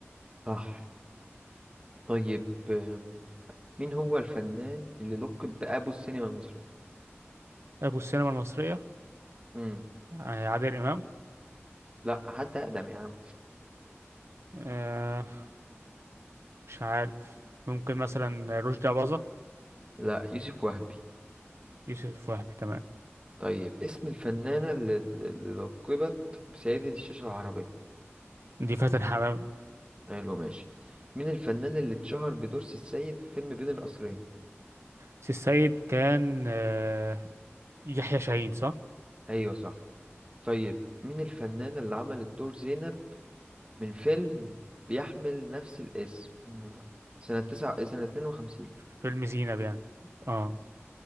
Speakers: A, on the right (about 25°); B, on the right (about 75°).
A: صح طيب آه، مين هو الفنان اللي لقب بأبو السينما المصرية
B: ابو السينما المصرية
A: مم.
B: آه عادل امام
A: لا حد أقدم يا عم
B: آه مش عارف ممكن مثلا
A: <laughs>
B: رشدي أباظة
A: لا يوسف وهبي
B: يوسف وهبي تمام
A: طيب اسم الفنانة اللي اللي لقبت بسيدة الشاشة العربية
B: دي فاتن حمامة
A: حلو ماشي مين الفنان اللي اتشهر بدور سي السيد في فيلم بين القصرين
B: سي السيد كان آه يحيى شاهين صح
A: ايوه صح طيب مين الفنانة اللي عملت دور زينب من فيلم بيحمل نفس الاسم سنة تسعة سنة اتنين وخمسين
B: في فيلم زينب يعني اه